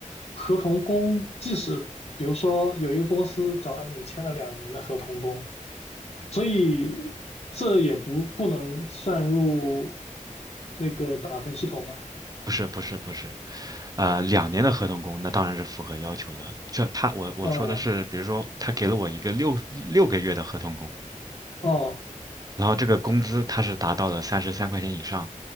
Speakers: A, on the left (about 50°); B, on the right (about 30°).
A: 合同工，即使比如说有一个公司找你签了两年的合同工，所以这也不不能算入那个打分系统嘛？
B: 不是不是不是，呃，两年的合同工那当然是符合要求的，这他我我说的是，
A: 哦
B: 比如说他给了我一个六六个月的合同工，
A: 哦
B: 然后这个工资它是达到了三十三块钱以上，